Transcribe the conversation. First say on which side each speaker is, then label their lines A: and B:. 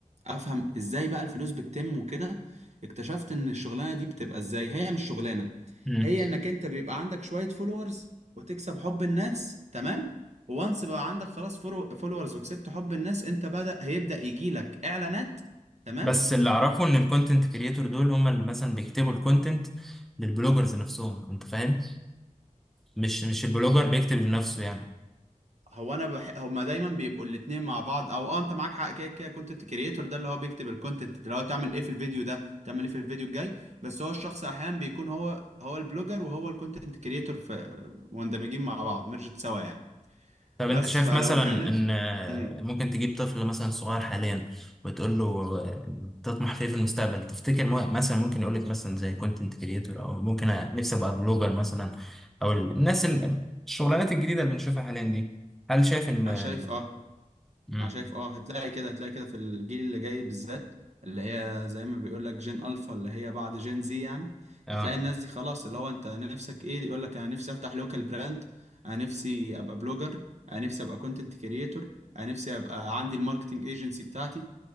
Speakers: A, on the right; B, in the centre.
A: افهم ازاي بقى الفلوس بتتم وكده اكتشفت ان الشغلانه دي بتبقى ازاي هي مش شغلانه
B: مم.
A: هي انك انت بيبقى عندك شويه فولورز وتكسب حب الناس تمام وانس بقى عندك خلاص فولورز وكسبت حب الناس انت بدأ هيبدأ يجيلك اعلانات تمام
B: بس اللي اعرفه ان الكونتنت كريتور دول هم اللي مثلا بيكتبوا الكونتنت للبلوجرز نفسهم انت فاهم مش مش البلوجر بيكتب لنفسه يعني
A: هو انا بح... هما دايما بيبقوا الاتنين مع بعض او اه انت معاك حق كده كده كونتنت كريتور ده اللي هو بيكتب الكونتنت اللي هو تعمل ايه في الفيديو ده تعمل ايه في الفيديو الجاي بس هو الشخص احيانا بيكون هو هو البلوجر وهو الكونتنت كريتور في مندمجين مع بعض ميرجت سوا يعني
B: طب
A: بس
B: انت شايف
A: فلو
B: مثلا
A: اتكلم
B: ان آه،
A: امم
B: ممكن تجيب طفل مثلا صغير حاليا وتقول له آه، تطمح في ايه في المستقبل تفتكر م- مثلا ممكن يقول لك مثلا زي كونتنت كريتور او ممكن أ- نفسي ابقى بلوجر مثلا او ال- الناس ال- الشغلانات الجديده اللي بنشوفها حاليا دي هل شايف ان
A: انا
B: ال-
A: شايف اه
B: مم.
A: انا شايف اه هتلاقي كده هتلاقي كده في الجيل اللي جاي بالذات اللي هي زي ما بيقول لك جين الفا اللي هي بعد جين زي يعني
B: اه
A: هتلاقي الناس دي خلاص اللي هو انت نفسك ايه يقول لك انا نفسي افتح لوكال براند انا نفسي ابقى بلوجر انا نفسي ابقى كونتنت كريتور انا نفسي ابقى عندي الماركتنج ايجنسي بتاعتي